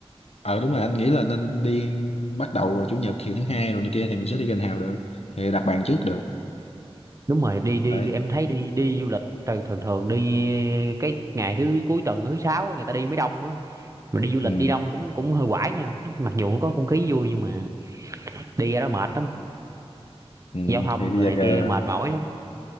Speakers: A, on the left; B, on the right.
A: ờ đúng rồi anh nghĩ là nên đi bắt đầu vào chủ nhật thì thứ hai rồi này kia thì mình sẽ đi gần hào được thì đặt bàn trước được
B: đúng rồi đi đi
A: đấy
B: đi em thấy đi đi du lịch thường thường thường đi cái ngày thứ cuối tuần thứ sáu á, người ta đi mới đông á mà đi du lịch
A: ừ.
B: đi đông cũng cũng hơi quải nha mặc dù có không khí vui nhưng mà đi ra đó mệt lắm
A: Ừ.
B: giao thông
A: thì bây
B: rồi
A: giờ
B: này
A: là-
B: kia mệt mỏi lắm